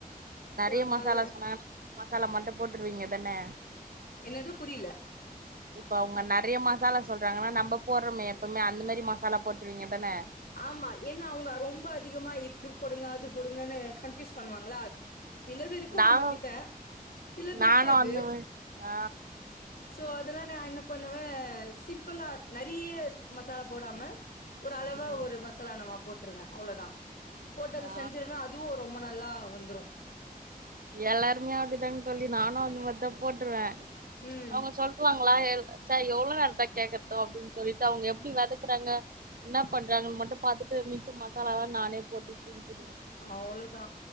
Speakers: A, on the right; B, on the left.
A: நெறையா
B: சோ அதனால
A: மசாலா சொன்ன மசாலா மட்டு போட்டுருவீங்க தான்ன
B: என்னது புரியல
A: இப்ப அவங்க நெறையா மாசாலா சொல்றாங்கன்னா நம்ம போடுறோமே எப்வுமே அந்த மாரி மாசா பாலா போட்டுருவீங்க தான
B: ஆமா ஏன்னா அவங்க ரொம்ப அதிகமா இது போடுங்க அது போடுங்கன்னு கண்பியூஸ் பண்ணுவாங்களா சிலது இருக்கு
A: நானு
B: நம்ம கிட்ட சிலது
A: நானு
B: இருக்காது
A: அந்த மாரி ஆ
B: சோ அதெல்லா நா என்ன பண்ணுவே சிம்பிளா நெறையா மசாலா போடாம ஒரு அளவா
A: ம்
B: ஒரு மசாலா நம்ம போட்டுருவேன் அவ்வளவுதான் போட்டு அத
A: ஆ
B: செஞ்சிருவேன் அதுவும் ரொம்ப நல்லா வந்துரும்
A: எல்லாருமே அப்படிதாங்க தோழி நானும் அந்த மாதிரி தான் போட்டுருவேன்
B: ம்
A: அவங்க சொல்லுவாங்க ச்சே எவ்ளோ நேரதான கேக்கற்தோ அப்டின்னு சொல்லிட்டு அவங்க எப்டி வதக்குறாங்க என்ன பண்றாங்கன்னு மட்டு பாத்துட்டு மிச்ச மசால எல்லா நானே போட்டு செஞ்சுடுவேன்
B: ஆமா அவ்ளதா